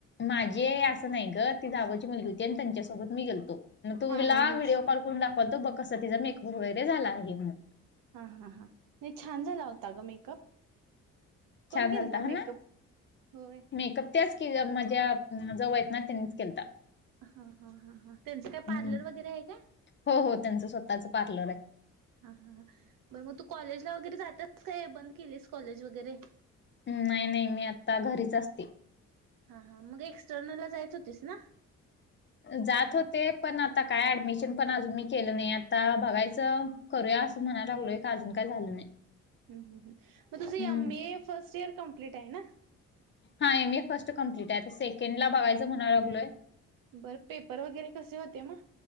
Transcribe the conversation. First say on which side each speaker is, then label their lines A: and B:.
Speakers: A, on the left; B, on the right.
A: माझी आहे असं नाही ग ती जावची मुलगी होती, आणि त्यांच्यासोबत मी गेलतो, मग तुला
B: हा हा हा
A: व्हिडिओ कॉल करून दाखवालतो बघ कसा तिचा मेकअप वगैरे झाला आहे म्हणून.
B: हां हां हां नाही छान झाला होता ग मेकअप. कोण
A: छान
B: केलता
A: झालता हा
B: मेकअप?
A: ना
B: होय.
A: मेकअप त्याच ज्या माज्या जाऊ आहेत ना त्यांनीच केलता.
B: हां हां हां हां त्यांचं काय पार्लर
A: हम्म.
B: वगैरे आहे काय?
A: हो हो त्यांचं स्वतःच पार्लर हाय.
B: हा हा हा. बरं मग तू कॉलेजला वगैरे जत्यास काय बंद केलीस कॉलेज वगैरे?
A: नाही नाही मी आता घरीच असते.
B: हा हा मग एक्सटर्नल ला जाइत होतीस ना?
A: जात होते, पण आता काय ऍडमिशन पण अजून मी केलं नाही आता बघायचं करूया असं म्हणाय लागलोय काय अजून काय झालं नाही.
B: हम हम हम मग तुझ
A: हम्म.
B: एम ए फर्स्ट इयर कम्प्लीट आहे ना?
A: हा एम ए फर्स्ट कम्प्लीट हाय आता सेकंड ला बघायं म्हणाय लागलोय.
B: बरं पेपर वगैरे कसे होते म?